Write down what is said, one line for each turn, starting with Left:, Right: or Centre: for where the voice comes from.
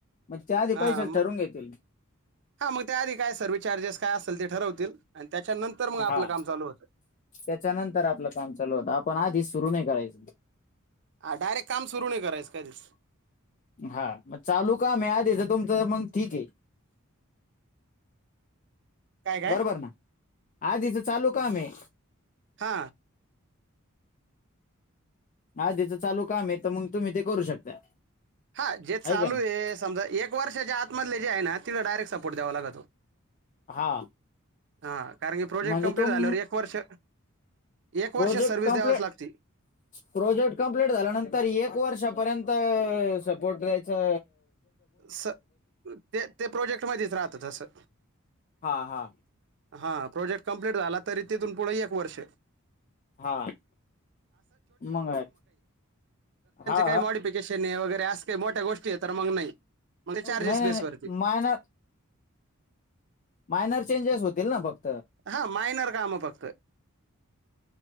Left: मग त्याआधी
Right: हा
Left: पैसे
Right: मग
Left: ठरवून घेतील
Right: हा मग त्या आधी काय सर्वि्हस चार्जेस काय असेल ते ठरवतील त्याच्यानंतर मग आपलं
Left: हा
Right: काम चालू होतं
Left: त्याच्यानंतर आपलं काम चालू होतं आपण आधी सुरु नाही करायचं
Right: ह डायरेक्ट काम सुरू नाही करायच कधीच
Left: हा मग चालू का म आधीच तुमचं मग ठीक आहे
Right: काय काय
Left: बरोबर ना आधीच चालू काम आहे
Right: हा
Left: आधचं चालू काम आहे तर मग तुम्ही ते करू शकता
Right: हा जे चालू
Left: का नाही
Right: आहे समजा एक वर्षाच्या आतमधले जे आहे ना तिला डायरेक्ट सपोर्ट्यावा लागतो
Left: हा
Right: हा कारण की प्रोजेक्ट
Left: म्हणजे
Right: कंप्लीट
Left: तुम
Right: झाल्यावर एक वर्ष एक
Left: प्रोजेक्ट
Right: वर्ष सर्व्हिस
Left: कप्
Right: द्यावाच लागती
Left: प्रोजेक्ट कंप्ट झाल्यानंतर एक वर्षापर्यंत सपोर्ट द्यायचा
Right: स ते ते प्रोजेक्ट मध्येच राहतसं
Left: हा हा
Right: हां प्रोजेक्ट छ
Left: हा मग आहे हा
Right: का काड वगैरे असज काही मोठ्या गोष्टी आहे तर मग नाही मग ते चार्जेस
Left: नाही नाही
Right: बेसवरती
Left: नाही मायन मायनर चेंजेस होतील ना फक्
Right: हा मायनर काम प